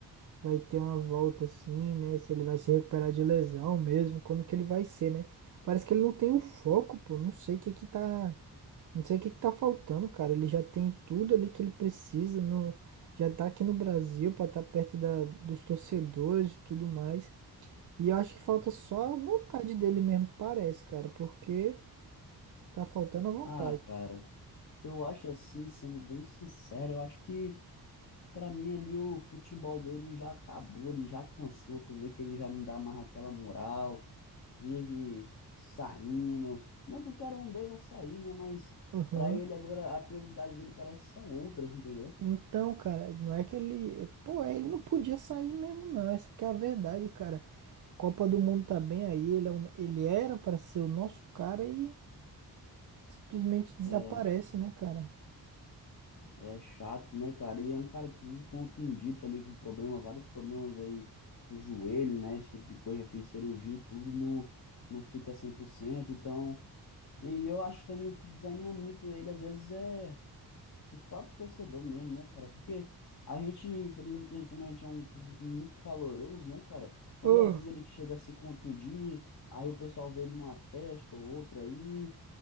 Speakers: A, on the right; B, on the left.
A: vai ter uma volta assim, né? Se ele vai se recuperar de lesão mesmo, como que ele vai ser, né? Parece que ele não tem o foco, pô. Não sei o que que tá, não sei o que que tá faltando, cara. Ele já tem tudo ali que ele precisa, no, já tá aqui no Brasil pra estar perto da, dos torcedores e tudo mais. E eu acho que falta só a vontade dele mesmo, parece, cara, porque tá faltando a vontade.
B: Ah, cara. Eu acho assim, sendo bem sincero, eu acho que pra mim ali o futebol dele já acabou, ele já cansou, tu vê que ele já não dá mais aquela moral, vive saindo. Não que o cara não deva sair, né? Mas
A: Aham.
B: pra ele agora a prioridade dele parece que são outras, entendeu?
A: Então, cara, não é que ele. Pô, é, ele não podia sair mesmo, não. Essa que é a verdade, cara. Copa do Mundo tá bem aí, ele, é um- ele era pra ser o nosso cara e simplesmente desaparece,
B: É,
A: né, cara?
B: é chato, né, cara? E é um cara que vive contundido também com problema, vários problemas aí do joelho, né? Esse tipo de coisa, já fez cirurgia e tudo e não, não fica cem por cento então E eu acho também o que desanima muito ele, às vezes, é os próprios torcedores mesmo, né, cara? Porque a gente, infelizmente, a gente- como a gente é um público muito caloroso, né, cara? Quando
A: Ah,
B: às vezes ele chega a se contundir, aí o pessoal vê ele numa festa ou outra aí,